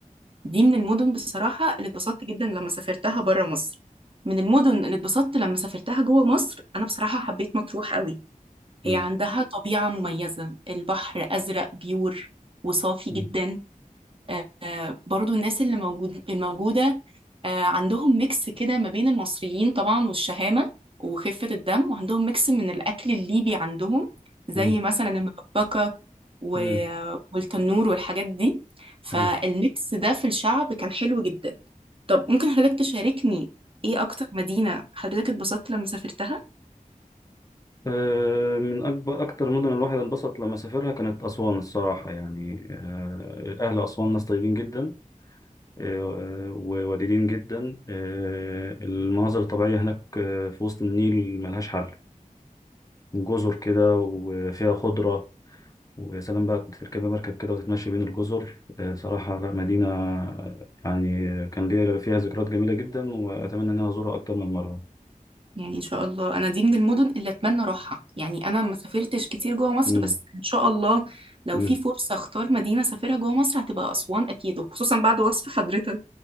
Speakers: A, on the right (about 40°); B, on the left (about 25°).
A: دي من المدن بصراحة اللي اتبسطت جدا لما سافرتها برا مصر من المدن اللي اتبسطت لما سافرتها جوه مصر أنا بصراحة حبيت مطروح قوي
B: مم.
A: هي عندها طبيعة مميزة البحر أزرق بيور وصافي
B: مم.
A: جدا آه، برضو الناس اللي موجود الموجودة آه، عندهم ميكس كده ما بين المصريين طبعا والشهامة وخفة الدم وعندهم ميكس من الأكل الليبي عندهم زي
B: مم.
A: مثلا المبكبكة و...
B: مم.
A: والتنور والحاجات دي فالميكس
B: أيوة.
A: ده في الشعب كان حلو جدا طب ممكن حضرتك تشاركني ايه أكتر مدينة حضرتك اتبسطت لما سافرتها؟
B: آه، من أكبر أكتر المدن الواحد انبسط لما سافرها كانت أسوان الصراحة يعني آه، أهل أسوان ناس طيبين جدا آه، وودودين جدا آه، المناظر الطبيعية هناك آه، في وسط النيل ملهاش حل جزر كده وفيها خضرة ويا سلام بقى كنت تركب مركب كده وتتمشي بين الجزر آه، صراحة لا مدينة آه، يعني كان ليا فيها ذكريات جميلة جدا وأتمنى إن أنا أزورها أكتر من مرة.
A: يعني ان شاء الله انا دي من المدن اللي اتمنى اروحها يعني انا ما سافرتش كتير جوه مصر
B: مم.
A: بس ان شاء الله لو
B: مم.
A: في فرصة اختار مدينة اسافرها جوه مصر هتبقى اسوان اكيد وخصوصا بعد وصف حضرتك